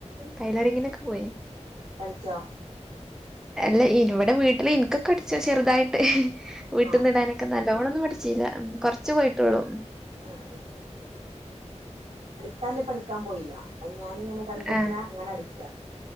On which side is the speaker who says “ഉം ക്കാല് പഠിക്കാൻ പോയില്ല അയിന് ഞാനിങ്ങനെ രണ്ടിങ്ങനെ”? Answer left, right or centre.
Right